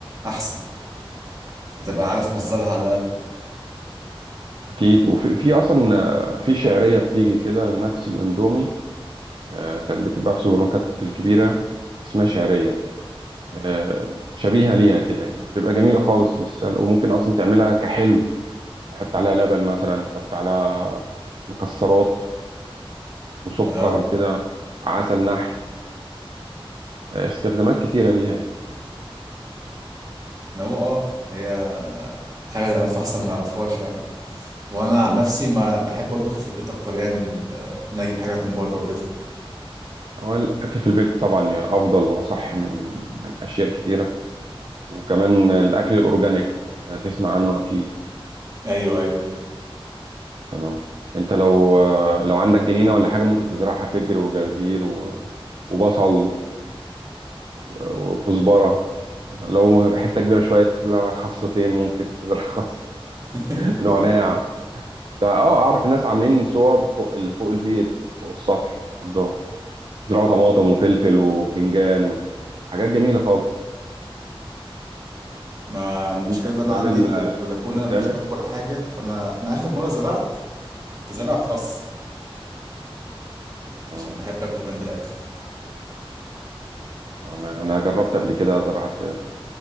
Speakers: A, on the right; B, on the right.
A: احسن هتبقى عارف مصدرها على الأقل
B: اكيد وفي في اصلا آه، في شعريه بتيجي كده نفس الاندومي آه، كانت بتتباع في السوبر ماركت الكبيره اسمها شعريه آه، شبيهة ليها كده يعني بتبقى جميلة خالص بالسلق وممكن أصلا تعملها كحلو تحط عليها لبن مثلا تحط عليها مكسرات وسكر
A: اه
B: وكده عسل نحل آه، استخدامات كتيرة ليها يعني
A: ما هو اه هي حاجة نعرفها أحسن ما نعرفهاش يعني وأنا
B: مم.
A: عن نفسي ما بحب أطبخ في البيت أكتر يعني من ال- إن أنا أجيب حاجات من بره وكده
B: هو الأكل في البيت طبعا أفضل وأصح من من أشياء كتيرة وكمان الأكل الأورجانيك آه، تسمع عنه أكيد
A: أيوه أيوه
B: تمام أنت لو آه، لو عندك جنينة ولا حاجة ممكن تزرعها فجر وجرجير و- وبصل و- وكزبرة لو حتة كبيرة شوية تزرع لك خاصتين ممكن تزرع خاص
A: <laughs>
B: <laughs> نعناع ده اه اعرف الناس عاملين صوب فوق ال- فوق البيت فوق السطح عندهم زرعوا طماطم وفلفل وبتنجان وحاجات جميلة خالص
A: ما المشكلة
B: انت
A: اللي أنا
B: بتعمل
A: عندي ال- البلكونة
B: ممكن
A: مش
B: تعمل
A: أكبر حاجة فأنا أنا آخر مرة زرعت كنت زارع خس
B: اه
A: عشان بحب أكله جنب الأكل
B: انا انا جربت قبل كده زرعت